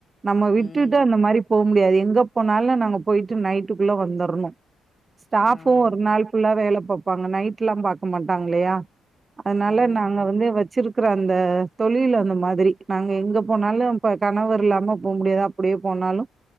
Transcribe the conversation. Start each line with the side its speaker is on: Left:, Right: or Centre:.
Right: நம்ம விட்டுட்டு
Left: ம்.
Right: அந்த மாரி போ முடியாது எங்க போனாலு நாங்க போயிட்டு நைட்டுக்குள்ள வந்தர்ணு ஸ்டாஃபு
Left: ஆமாமா.
Right: ஒரு நாள் ஃபுல்லா வேல பாப் பாங்க நைட்ல்லா பாக்க மாட்டாங்கில்லையா அதனால
Left: ம்.
Right: நாங்க வந்து வச்சிருக் ருக்கிற அந்த தொழில் அந்த மாரி நாங்க எங்க போனாலு இப்ப கணவர் இல்லாம போக முடியாதா அப்படியே போனாலு